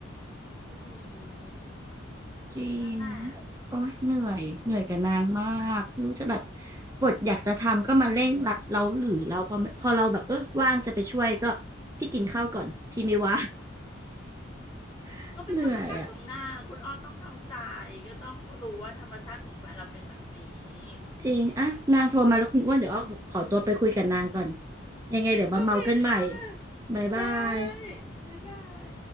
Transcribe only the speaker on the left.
อืม
ก็นั่นแหละ
ก็เป็นธรรมชาติของนางคุณอ้อต้องทำใจ
ก็ต้องรู้ว่าธรรมชาติของแฟนเราเป็นแบบนี้
อืม
โอเคค่ะ
ได้บ๊ายบาย